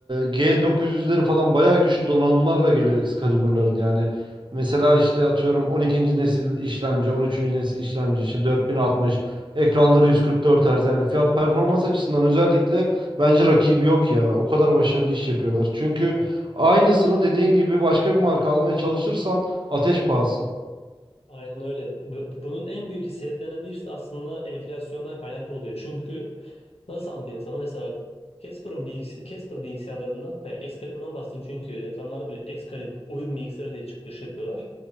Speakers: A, on the right; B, on the left.
A: G900'leri falan bayağı güçlü donanımlarla geliyor Excalibur'ların yani mesela işte atıyorum 12. nesil işlemci 13. nesil işlemci işte 4060 Ekranları 144 Hz yani fiyat performans açısından özellikle bence rakibi yok ya. O kadar başarılı iş yapıyorlar. Çünkü aynısını dediğin gibi başka bir marka almaya çalışırsan ateş pahası.
B: Aynen öyle. Bu- Bunun en büyük sebeplerinden birisi aslında enflasyondan kaynaklı oluyor. Çünkü nasıl anlatayım sana? Mesela Casper'ın bilgisi, Casper bilgisayarlarında veya Excalibur'dan bahsedeyim çünkü reklamlarda bile Excalibur oyun bilgisayarı diye çıkıyor şey yapıyorlar.